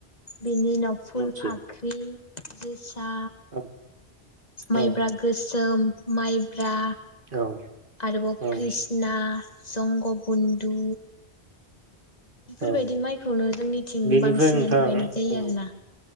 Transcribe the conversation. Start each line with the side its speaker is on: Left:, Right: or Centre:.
Left: बिनि उनाव फुल
Right: रनजित
Left: फाख्रि जोस सा
Right: औ
Left: माइब्रा
Right: औ
Left: गोस सोम माइब्रा
Right: औ
Left: आरोबाव
Right: औ
Left: कृष्णा ना संग बुन्दु बेफोरबायदि
Right: औ
Left: माइखौनो जोंनिथिं
Right: बेनिफ्राय
Left: बांसिनानो
Right: नोंथां
Left: गायनाय जायो
Right: ओ
Left: आरोना।